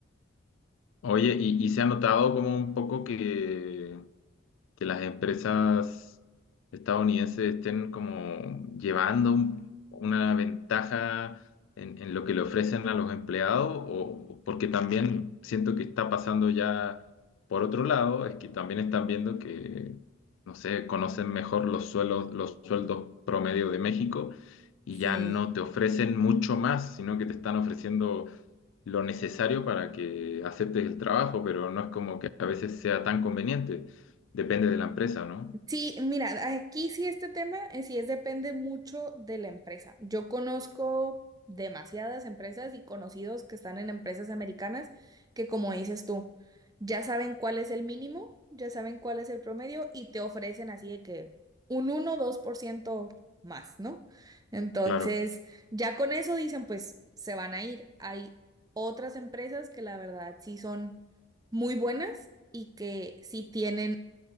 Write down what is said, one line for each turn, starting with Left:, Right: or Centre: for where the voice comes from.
Left: Oye, y, y se ha notado como un poco que, que las empresas estadounidenses estén como llevando un- una ventaja en, en lo que le ofrecen a los empleados, o porque también siento que está pasando ya por otro lado, es que también están viendo que, no sé, conocen mejor los suelos, los sueldos promedio de México y
Right: Sí.
Left: ya no te ofrecen mucho más, sino que te están ofreciendo lo necesario para que aceptes el trabajo, pero no es como que a veces sea tan conveniente. Depende de la empresa, ¿no?
Right: Sí, mira, aquí sí este tema eh, sí es depende mucho de la empresa. Yo conozco demasiadas empresas y conocidos que están en empresas americanas que, como dices tú, ya saben cuál es el mínimo, ya saben cuál es el promedio y te ofrecen así de que un 1 o 2% más, ¿no? Entonces,
Left: Claro,
Right: ya con eso dicen, pues se van a ir. Hay otras empresas que la verdad sí son muy buenas y que sí tienen